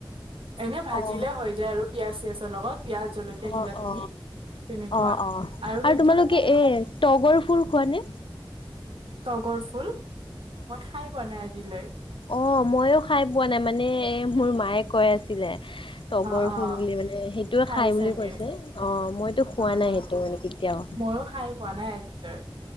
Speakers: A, on the right; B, on the left.
A: এনে ভাজিলে
B: অ
A: হৈ যায় আৰু পিয়াজ চিয়াজৰ লগত। পিয়াজ জলকীয়া
B: অ
A: দিলা তুমি
B: অ
A: তেনেকুৱা
B: অ অ
A: আৰু সেইটো
B: তোমালোকে
A: মানে
B: এ তগৰ ফুল খোৱা নে?
A: তগৰ ফুল মই খায় পোৱা নাই আজিলৈ।
B: অঁ মইও খাই পোৱা নাই মানে মোৰ মায়ে কৈ আছিলে। তগৰ
A: অ অ
B: ফুল বুলি মানে সেইটোৱে
A: খাই
B: খায়
A: চাগে
B: বুলি কৈছে অঁ মইতো খোৱা
A: হা হা
B: নাই সেইটো মানে কেতিয়াও।
A: ময়ো খাই পোৱা নাই আজিলৈ।